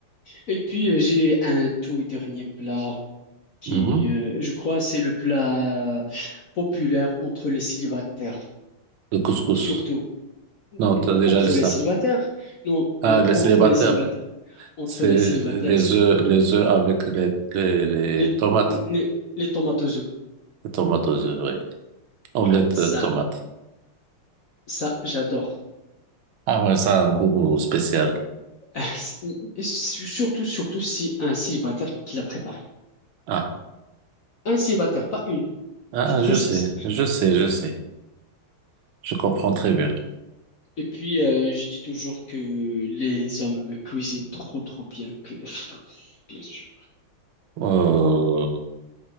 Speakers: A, on the left; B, on the right.
A: Et puis euh, j'ai un tout dernier plat qui,
B: Mhm.
A: euh, je crois, c'est le plat populaire entre les célibataires,
B: Le couscous.
A: surtout n-
B: Non, t'as déjà
A: entre
B: dit ça.
A: les célibataires. Non, le,
B: Ah, les
A: entre
B: célibataires,
A: les célibataires, entre
B: c'est
A: les célibataires,
B: les
A: c'est
B: œufs, les œufs avec les, les, les
A: les
B: tomates.
A: les les tomates aux œufs.
B: Les tomates aux œufs, oui. Omelette
A: Ouais, ça,
B: euh, tomate.
A: ça, j'adore.
B: Ah ouais, ça a un goût spécial.
A: <laughs> Surtout, surtout si un célibataire qui l'a préparé.
B: Ah,
A: Un célibataire, pas une.
B: ah,
A: Je précise.
B: je sais, je sais, je sais. Je comprends très bien.
A: Et puis, euh, je dis toujours que les hommes cuisinent trop, trop bien que les femmes, bien sûr.
B: Euh,